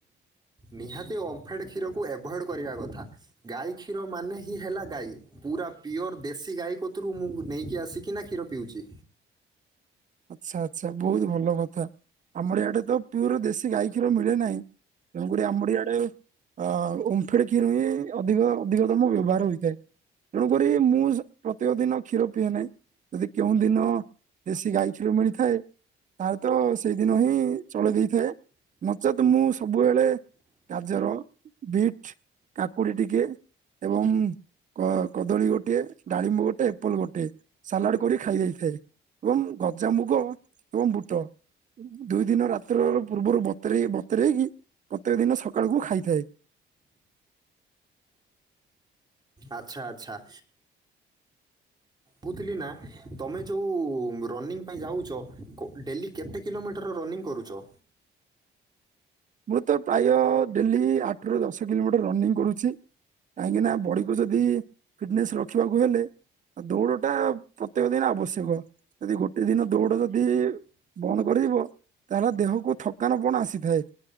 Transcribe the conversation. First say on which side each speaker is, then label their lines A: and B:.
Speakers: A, on the right; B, on the right.
A: ନିହାତି ଓମ୍ଫେଡ କ୍ଷୀରକୁ ଏଭଏଡ କରିବା କଥା। ଗାଈ କ୍ଷୀର ମାନେ ହି ହେଲା ଗାଈ ପୁରା ପିଓର ଦେଶୀ ଗାଈ କତରୁ ମୁଁ ନେଇକି ଆସିକିନା କ୍ଷୀର ପିଉଚି।
B: ଆଛା ଆଚ୍ଛା ବୋହୁତ ଭଲ କଥା ଆମର ଇଆଡେ ତ ପିଓର ଦେଶୀ ଗାଈ କ୍ଷୀର ମିଳେ ନାହିଁ ତେଣୁକଡି ଆମରଇଆଡେ ଅ ଓମ୍ ଫେଡ୍ କ୍ଷୀର ହିଁ ଅଧିକ ଅଧିକ ତମ ବ୍ୟବହାର ହୋଇଥାଏ ତେଣୁକରି ମୁଁ ସୁ ପ୍ରତ୍ୟେକ ଦିନ କ୍ଷୀର ପିଏ ନାହିଁ। ଯଦି କେଉଁ ଦିନ ଦେଶୀ ଗାଈ ଖିର ମିଳିଥାଏ ତାଲେ ତ ସେଇଦିନ ହିଁ ଚଳେଇ ଦେଇଥାଏ ନଚେତ ମୁଁ ସବୁବେଳେ ଗାଜର ବିଟ୍ କାକୁଡି ଟିକେ ଏବଂ କ କଦଳୀ ଗୋଟିଏ ଡାଳିମ୍ବ ଗୋଟେ ଏପଲ ଗୋଟେ। ସାଲାଡେ କଡି ଖାଇ ଜାଇଥାଏ ଏବଂ ଗଜାମୁଗ ଏବଂ ବୁଟ ଦୁଇ ଦିନ ରାତ୍ର ର ପୂର୍ବରୁ ବତରେଇ ବତରେଇକି ପ୍ରତ୍ୟେକ ଦିନ ସକାଳକୁ ଖାଇଥାଏ।
A: ଆଛା ଆଚ୍ଛା। ପୁଥିଲି ନା ତମେ ଯୋଉ ରନିଂ ପାଇଁ ଯାଉଛ କୋ ଡେଲି କେତେ କିଲୋମିଟର ରନିଂ କରୁଛ।
B: ମୁଁ ତ ପ୍ରାୟ ଡେଲି ଆଠ ଠରୁ ଦଶ କିଲୋମିଟର ରନିଂ କରୁଛି କାହିଁକିନା ବଡ଼ିକୁ ଯଦି ଫିଟନେସ ରଖିବାକୁ ହେଲେ ଆ ଦୌଡ଼ ଟା ପ୍ରତ୍ୟେକ ଦିନ ଆବଶ୍ୟକ। ଯଦି ଗୋଟେ ଦିନ ଦୌଡ ଯଦି ବନ୍ଦ କରିଇବ ତାହେଲେ ଦେହକୁ ଥକାନ ପଣ ଆସିିବ। ହେଏ